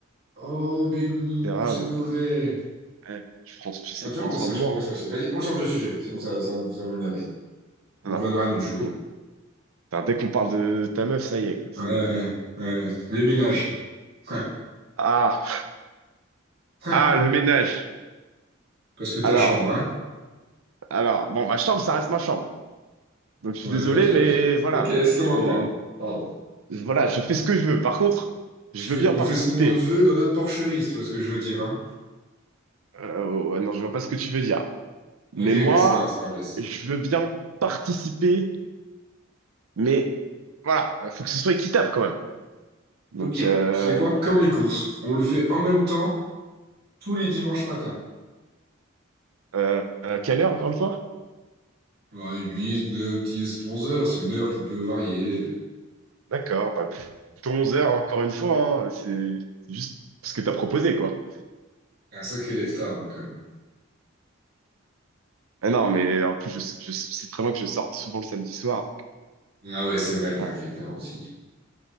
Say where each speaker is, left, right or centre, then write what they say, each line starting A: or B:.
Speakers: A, on the right; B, on the right.
A: Oh, bébou,
B: etc.
A: c'est
B: Donc,
A: mauvais.
B: euh, ouais, je prends, j'essaie
A: Ah, tu
B: de prendre
A: vois, on va
B: soin
A: se
B: de
A: fâcher.
B: moi.
A: on va
B: hein.
A: se fâcher. Vas-y, on change de sujet. C'est bon, ça, ça, ça va m'énerver. On
B: Non,
A: reviendra
B: non,
A: à notre
B: c'est
A: jouet.
B: bon. Putain, dès qu'on parle de ta meuf, ça y est, quoi. C'est...
A: Ouais, ouais. Le ménage. <laughs> Hein,
B: Ah,
A: hein.
B: ah, le ménage.
A: Parce que ta
B: Alors.
A: chambre, hein?
B: Alors, bon, ma chambre, ça reste ma chambre. Donc, je suis
A: Ouais,
B: désolé,
A: ok,
B: mais
A: ok.
B: voilà.
A: Ok, c'est ton endroit.
B: Je,
A: Pardon.
B: je- voilà, je fais ce que je veux. Par contre, je
A: Tu
B: veux
A: fais,
B: bien participer.
A: on fait ce qu'on veut dans notre porcherie, si tu vois ce que je veux dire, hein?
B: Euh, ouais, non, je vois pas ce que tu veux dire. Mais
A: Ok,
B: moi,
A: ok, c'est pas grave, c'est pas grave. laisse.
B: je veux bien participer, mais voilà, faut que ce soit équitable quand même. Donc,
A: Au pire,
B: euh,
A: tu sais quoi? Comme les courses. On le fait en même temps. Tous les dimanches matin.
B: euh, euh, quelle heure encore une fois?
A: Ouais, 8, 9, 10, 11 heures, c'est une heure qui peut varier.
B: D'accord, bah, plutôt 11 heures encore une fois. hein. C'est c'est juste ce que t'as proposé, quoi.
A: Un sacré lève-tard, hein, quand même.
B: Ah non, mais en plus, je, je sais très bien que je sors souvent le samedi soir. donc,
A: Ah ouais, c'est vrai, t'es
B: voilà.
A: un fêteur aussi.